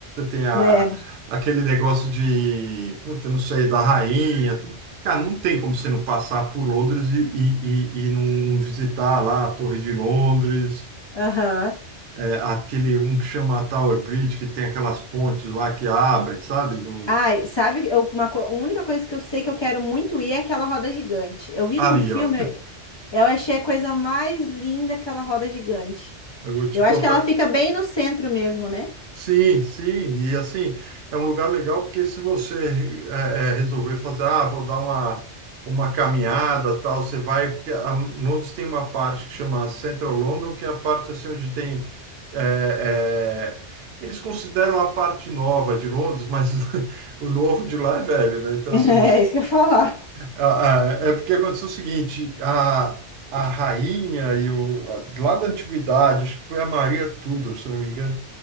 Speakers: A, on the right; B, on the left.
A: tem a,
B: lembro.
A: aquele negócio de, puta, não sei, da rainha. tu- Cara, não tem como você não passar por Londres e, e, e, e não, não visitar lá a Torre de Londres,
B: Aham.
A: é, aquele, um que chama Tower Bridge, que tem aquelas pontes lá que abrem, sabe? No,
B: Ai, sabe, eu- uma, co- a única coisa que eu sei que eu quero muito ir é aquela roda gigante. Eu vi
A: ali,
B: num filme,
A: ó.
B: eu achei a coisa mais linda aquela roda gigante.
A: Eu vou te
B: Eu
A: contar.
B: acho que ela fica bem no centro mesmo, né?
A: Sim, sim, e assim, é um lugar legal porque se você é, é, resolver fazer, ah, vou dar uma, uma caminhada, tal, você vai, porque a Londres tem uma parte que chama Central London, que é a parte assim onde tem, é, é, eles consideram a parte nova de Londres, mas <laughs> o novo de lá é velho, né? Então
B: <laughs> É
A: assim,
B: isso que eu ia falar.
A: a- a- é porque aconteceu o seguinte, a, a rainha e o, a- lá da antiguidade, acho que foi a Maria Tudor, se eu não me engano,